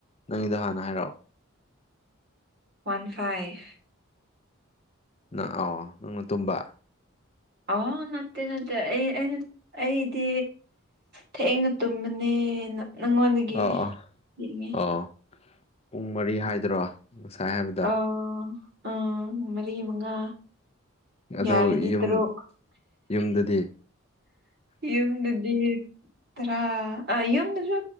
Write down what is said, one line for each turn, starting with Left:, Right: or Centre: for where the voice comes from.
Left: ꯅꯪꯒꯤꯗꯣ ꯍꯥꯟꯅ ꯍꯥꯏꯔꯛꯑꯣ꯫
Right: One five.
Left: ꯅꯪ ꯑꯥꯎ ꯅꯪꯅ ꯇꯨꯝꯕ
Right: ꯑꯣ ꯅꯠꯇꯦ ꯅꯠꯇꯦ ꯑꯩ ꯑꯩꯅ ꯑꯩꯗꯤ ꯊꯅ ꯇꯨꯝꯕꯅꯦ ꯅꯪꯉꯣꯟꯗꯒꯤ
Left: ꯑꯥ ꯑꯥ
Right: ꯌꯦꯡꯉꯦ
Left: ꯑꯥ ꯄꯨꯡ ꯃꯔꯤ ꯍꯥꯏꯗꯔꯣ ꯁꯥꯍꯦꯕꯤ
Right: ꯑ ꯑ ꯃꯔꯤ ꯃꯉꯥ
Left: ꯑꯣ
Right: ꯌꯥꯔꯗꯤ
Left: ꯌꯨꯝ
Right: ꯇꯔꯨꯛ
Left: ꯌꯨꯝꯗꯗꯤ
Right: ꯌꯨꯝꯗꯗꯤ ꯇꯔꯥ ꯑ ꯌꯨꯝꯗꯁꯨ